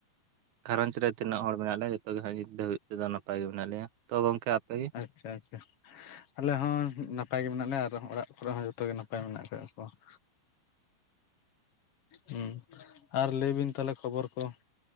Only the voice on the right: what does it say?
ᱜᱷᱟᱨᱚᱸᱡᱽ ᱨᱮ ᱛᱤᱱᱟᱹᱜ ᱦᱚᱲ ᱢᱮᱱᱟᱜ ᱞᱮᱭ ᱡᱚᱛᱚᱜᱮ ᱵᱷᱚᱜᱤ ᱱᱤᱛ ᱫᱷᱟᱹᱣᱤᱡ ᱛᱮ ᱱᱟᱯᱟᱭ ᱜᱮ ᱢᱮᱱᱟᱜ ᱞᱮᱭᱟ, ᱛᱚ ᱜᱚᱢᱠᱮ? ᱟᱯᱮᱜᱮ